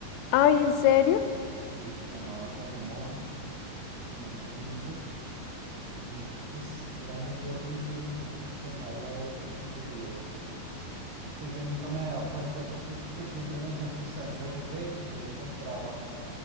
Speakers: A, on the left; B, on the right.
A: Ay, ¿en serio?
B: Sí, se llamaba Salomón. tenía 11 añitos y pues era muy gordito y entonces tenía diabetes y le dio, pues yo nunca me había dado cuenta porque pues siempre me decían que estaba en sobrepeso y yo le compraba